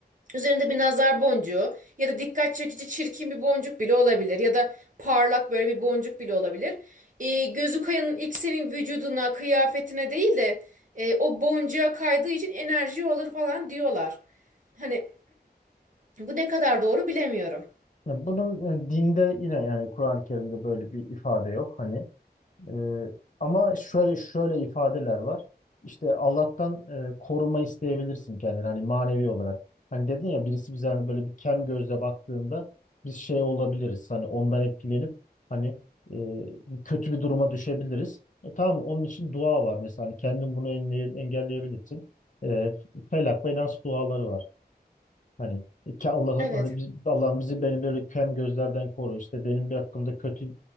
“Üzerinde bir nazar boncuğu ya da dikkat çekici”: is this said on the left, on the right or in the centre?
Right